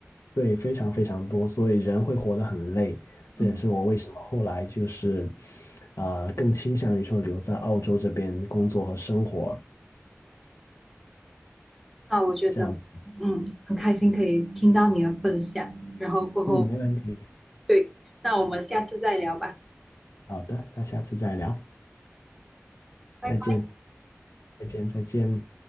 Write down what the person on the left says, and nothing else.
对，非常非常多，所以人会活得很累。这也是我为什么后来就是，
呃，更倾向于说留在澳洲这边工作和生活
这样子。
嗯，没问题。
好的，那下次再聊，
再见，再见，再见。